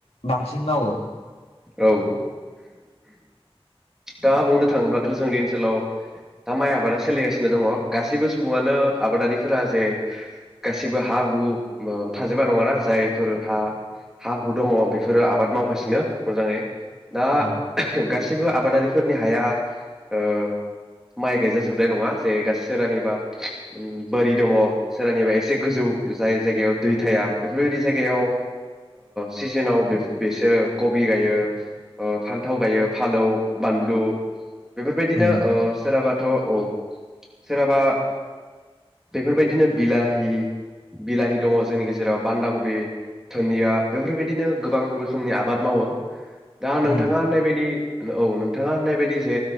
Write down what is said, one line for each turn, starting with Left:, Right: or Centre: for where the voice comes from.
Left: बांसिन मावो
Centre: औ दा बुंनो थाङोब्लाथ' जोंनि ओनसोलाव दा माइ आबादा सोलिगासिनो दङ गासैबो सुबुङानो आबादारिफोरा जे गासिबो हा हु थाजोबा नङाना जायफोर हा हा हु दङ बेफोरो आबाद मावगासिनो मोजाङै दा
Left: औ
Centre: गासिबो आबादारिफोरनि हाया ओ माइ गायजाजोबनाय नङा जे सोरानिबा बोरि दङ सोरानिबा एसे गोजौ जाय जायगायाव दै थाया बेफोरबायदि जायगायाव सिजोनाव बिसोरो कबि गायो फान्थाव गायो फालौ बानलु बेफोरबायदिनो
Left: उम
Centre: ओ सोरहाबा थ' औ सोरहाबा बेफोरबायदिनो बिलाहि बिलाहि दङ जोंनि गेजेराव बान्दागबि दोनिया बेफोरबायदिनो गोबां रोखोमनि आबाद मावो दा नोंथाङा
Left: उम
Centre: होननायबादि औ नोंथाङा होननाय बायदि जे